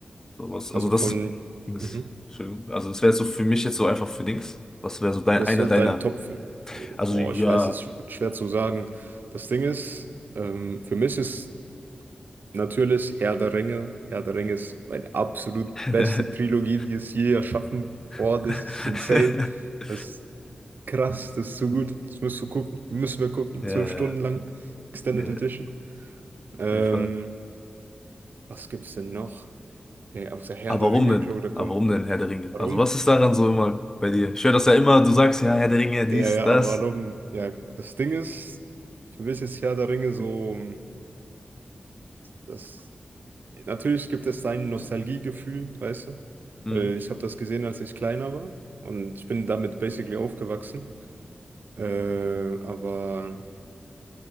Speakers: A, on the left; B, on the right.
A: So was-
B: Also
A: Also das
B: von,
A: ist, Dings.
B: mhm.
A: Entschuldigung. Also das wäre so für mich jetzt so einfach für Dings. Was wäre so dein,
B: Das
A: einer
B: wird
A: deiner?
B: dein Top-Film.
A: Also
B: Boah,
A: ja.
B: ich weiß, es ist schwer zu sagen. Das Ding ist, ähm, für mich ist Natürlich Herr der Ringe. Herr der Ringe ist meine absolut
A: <laughs>
B: beste Trilogie, die es je erschaffen worden
A: <laughs>
B: ist. Das ist insane. Das ist krass, das ist so gut. Das musst du gucken. Müssen wir gucken.
A: Ja,
B: Zwölf
A: ja,
B: Stunden lang. Extended
A: ja,
B: Edition.
A: auf
B: Ähm,
A: jeden Fall.
B: was gibt's denn noch? Hey, außer Herr
A: Aber
B: der
A: warum
B: Ringe,
A: denn?
B: glaube ich, da kommt.
A: Aber warum denn Herr der Ringe?
B: Warum?
A: Also was ist daran so immer bei dir? Ich höre das ja immer, du sagst ja Herr der Ringe, dies,
B: Ja, ja,
A: das.
B: aber warum? Ja, das Ding ist, für mich ist Herr der Ringe so das. Natürlich gibt es sein Nostalgiegefühl, weißt du?
A: Hm,
B: Weil ich habe das gesehen, als ich kleiner war und ich bin damit basically aufgewachsen. Äh, aber